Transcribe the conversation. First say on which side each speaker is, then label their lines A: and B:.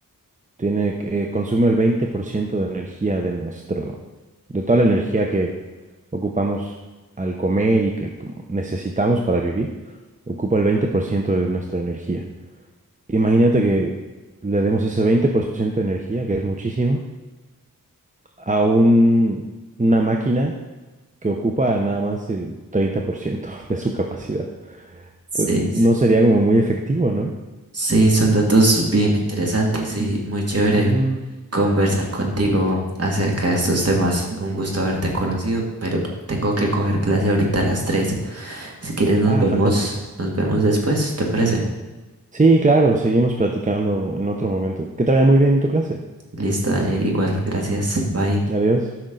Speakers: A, on the right (about 20°); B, on the right (about 45°).
A: tiene, que- consume el 20% de energía de nuestro, de toda la energía que ocupamos al comer y que como necesitamos para vivir, ocupa el 20% de nuestra energía. Imagínate que le demos ese 20% de energía, que es muchísimo, a un- una máquina que ocupa nada más el 30% <laughs> de su capacidad.
B: Sí.
A: Pues no sería como muy efectivo, ¿no?
B: Sí, son datos bien interesantes y muy chévere
A: Ujú.
B: conversar contigo acerca de estos temas. Un gusto haberte conocido, pero tengo que coger clase ahorita a las 3. Si quieres nos
A: Ah,
B: vemos,
A: fantástico.
B: nos vemos después, ¿te parece?
A: Sí, claro, seguimos platicando en otro momento. Que te vaya muy bien en tu clase.
B: Listo, dale, igual, gracias, bye.
A: Adiós.